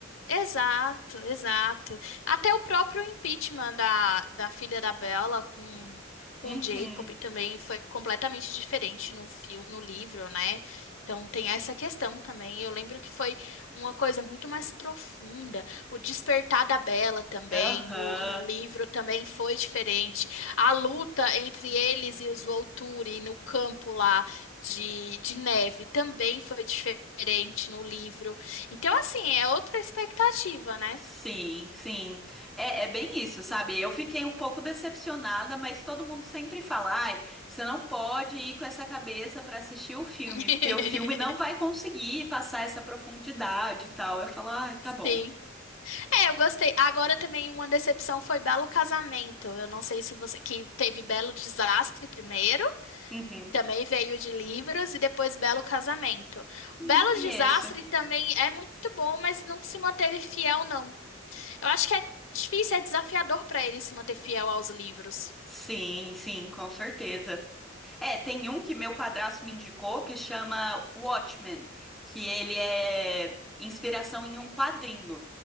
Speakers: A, on the left (about 70°); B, in the centre.
A: Exato, exato. Até o próprio impeachment da, da filha da Bella com,
B: Uhum.
A: com Jacob também foi completamente diferente no filme, no livro, né? Então tem essa questão também. Eu lembro que foi uma coisa muito mais profunda. O despertar da Bella também,
B: Aham.
A: no, no livro também foi diferente. A luta entre eles e os Volturi no campo lá de, de neve também foi diferente no livro. Então, assim, é outra expectativa, né?
B: Sim, sim. É, é bem isso, sabe? Eu fiquei um pouco decepcionada, mas todo mundo sempre fala, ai, você não pode ir com essa cabeça para assistir o filme,
A: <laughs>
B: porque o filme não vai conseguir passar essa profundidade e tal. Eu falo, ai, tá bom.
A: Sim. É, eu gostei. Agora também uma decepção foi Belo Casamento. Eu não sei se você. Que teve Belo Desastre primeiro,
B: Uhum.
A: também veio de livros, e depois Belo Casamento.
B: Não
A: O Belo
B: conheço.
A: Desastre também é muito bom, mas não se manteve fiel, não. Eu acho que é difícil, é desafiador para ele se manter fiel aos livros.
B: Sim, sim, com certeza. É, tem um que meu padrasto me indicou que chama Watchmen, que ele é inspiração em um quadrinho.